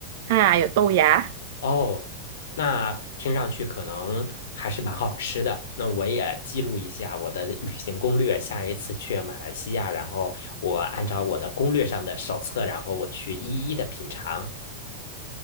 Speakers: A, on the right; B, on the left.
A: 啊有豆芽。
B: 哦，那听上去可能还是蛮好吃的。那我也记录一下我的旅行攻略，下一次去马来西亚，然后我按照我的攻略上的手册，然后我去一一的品尝。